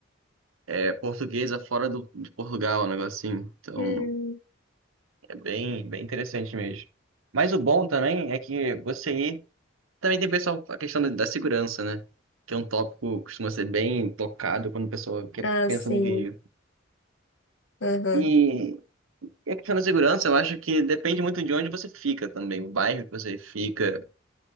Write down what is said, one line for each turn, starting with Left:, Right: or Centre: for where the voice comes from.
Right: é, portuguesa fora do, de Portugal, um negocinho. Então.
Left: hum.
Right: É bem, bem interessante mesmo. Mas o bom também é que você ir. Também tem pessoal a questão da da segurança, né? Que é um tópico que costuma ser bem tocado quando a pessoa quer,
Left: Ah,
Right: pensa
Left: sim.
Right: no Rio.
Left: Aham.
Right: E, e a questão da segurança, eu acho que depende muito de onde você fica também, o bairro que você fica,